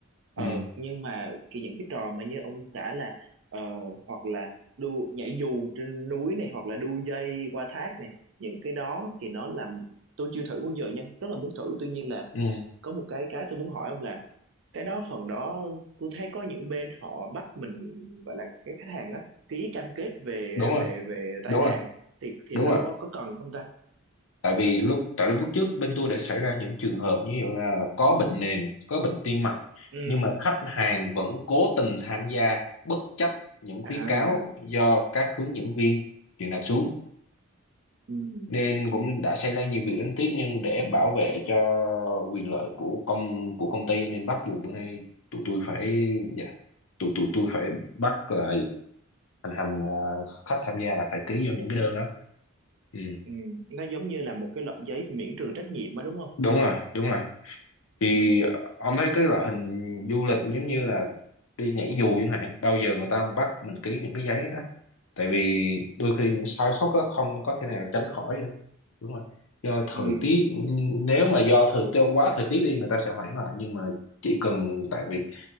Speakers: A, on the right; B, on the left.
A: ờ
B: ừ
A: nhưng mà cái những cái trò mà như ông tả là ờ, hoặc là đu nhảy dù trên núi này hoặc là đu dây qua thác này những cái đó thì nó làm tôi chưa thử bao giờ nha rất là muốn thử tuy nhiên là
B: ừ
A: có một cái cái tôi muốn hỏi ông là cái đó phần đó tôi thấy có những bên họ bắt mình gọi là cái khách hàng á ký cam kết về
B: đúng rồi
A: về về tai
B: đúng
A: nạn
B: rồi
A: thì thì
B: đúng
A: nó
B: rồi
A: có có cần không ta
B: tại vì lúc tại lúc trước bên tôi đã xảy ra những trường hợp như vậy là, là có bệnh nền có bệnh tim mạch
A: ừ
B: nhưng mà khách hàng vẫn cố tình tham gia bất chấp những khuyến
A: à
B: cáo do các hướng dẫn viên truyền đạt xuống
A: ừ.
B: nên cũng đã xảy ra nhiều việc đáng tiếc nhưng để bảo vệ cho quyền lợi của công của công ty nên bắt buộc bữa nay tụi tôi phải dạ tụi tụi tôi phải bắt lại thành hành ờ, khách tham gia là phải ký vô những cái đơn đó ừ.
A: ừ nó giống như là một cái loại giấy miễn trừ trách nhiệm á đúng không
B: đúng rồi đúng rồi thì
A: ừ
B: ông thấy cái loại hình du lịch giống như là đi nhảy dù chẳng hạn bao giờ người ta bắt mình ký những cái giấy đó tại vì đôi khi những sai sót đó không có thể nào tránh khỏi vậy. đúng rồi do thời
A: ừ
B: tiết nếu mà do thời tiết quá thời tiết đi người ta sẽ hoãn lại nhưng mà chỉ cần tại vì